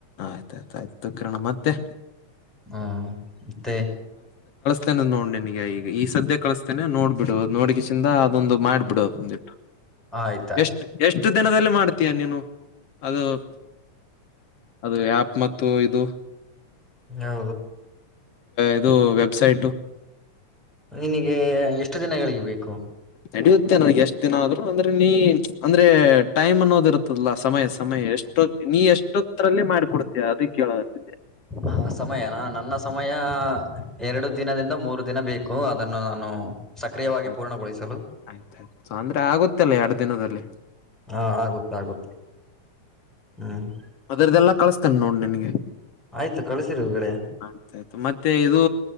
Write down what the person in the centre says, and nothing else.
ಹ್ಮ್ ಮತ್ತೆ
ಆಯ್ತಾಯ್ತು
ಹಾ
ನಿನಗೆ ಎಷ್ಟು ದಿನಗಳಿಗೆ ಬೇಕು
ಹ ಸಮಯನ ನನ್ನ ಸಮಯ ಎರಡು ದಿನದಿಂದ ಮೂರು ದಿನ ಬೇಕು ಅ ದನ್ನು ನಾನು ಸಕ್ರಿಯವಾಗಿ
ಪೂರ್ಣಗೊಳಿಸಲು
ಹಾ ಆಗುತ್ತೆ ಆಗುತ್ತೆ ಹ್ಮ್
ಆಯ್ತು ಕಳಸಿರುಗಡೆ